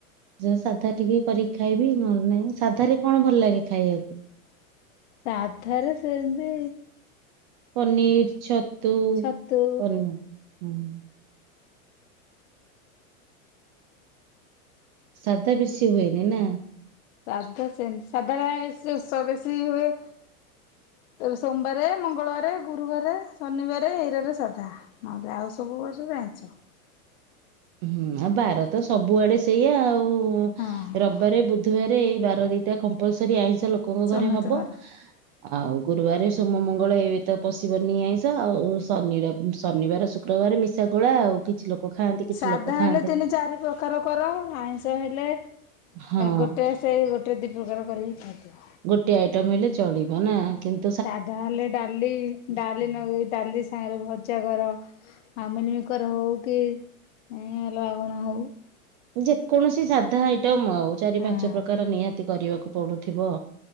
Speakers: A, on the right; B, on the left.
A: ଯୋଉ ସାଧା ଟିକେ କରିକି ଖାଇବି ନହେଲେ ନାଇଁ। ସାଧାରେ କଣ ଭଲ ଲାଗେ ଖାଇବାକୁ?
B: ସାଧାରେ ସେନ୍ତି
A: ପନିର, ଛତୁ।
B: ଛତୁ
A: <unintelligible> ସାଧା ବେଶି ହୁଏନି ନା?
B: ସାଧା ସେମିତି ସାଧା <unintelligible> ବେଶୀ ହୁଏ ତ ସୋମବାରେ, ମଙ୍ଗଳବାରେ, ଗୁରୁବାରେ, ଶନିବାରେ ଏଇରାରେ ସାଧା। ନହେଲେ ଆଉ ସବୁ ବାରରେ ଆଇଁଷ।
A: ହୁଁ, ଆଉ ବାର ତ ସବୁଆଡେ ସେଇଆ ଆଉ।
B: ହଁ
A: ର ବିବାରେ, ବୁଧବାରେ ଏଇ ବାର ଦିଟା କମ୍ପଲସରି ଆଇଁଷ ଲୋକଙ୍କ
B: ସମସ୍ତଙ୍କର।
A: ଘରେ ହବ। ଆଉ ଗୁରୁବାରେ, ସୋମ, ମଙ୍ଗଳ ଏଇ ତ ପଶିବନି ଆଇଁଷ ଆଉ ଶନି, ରବି, ଶନିବାର, ଶୁକ୍ କ୍ରବାର ମିଶା ଗୋଳା ଆଉ, କିଛି ଲୋକ ଖାଆନ୍ତି କିଛି
B: ସାଧା
A: ଲୋକ ଖାଆନ୍ତିନି
B: ହେଲେ ତିନି, ଚାରି ପ୍ର କାର କର, ଆଇଁଷ ହେଲେ
A: ହଁ।
B: ଗୋଟେ ସେଇ ଗୋଟେ ଦୁଇ ପ୍ରକାର କରିକି ଖାଇଦିଅ।
A: ଗୋଟେ ଆଇଟମ ହେଲେ ଚଳିବ ନା? କିନ୍ତୁ
B: ସାଧା ହେଲେ ଡାଲି, ଡାଲି ନଗେଇ ଡାଲି ସାଙ୍ଗରେ ଭଜା କର। ଆଉ ମିଲମିକର ହଉ କି ଅଲଗା କଣ ହଉ।
A: ଯେକୌଣସି ସାଧା ଆଇଟମ ଆଉ ଚାରି
B: ହଁ
A: ପାଞ୍ଚ ପ୍ରକାର ନିହାତି କରିବାକୁ ପଡୁଥିବ।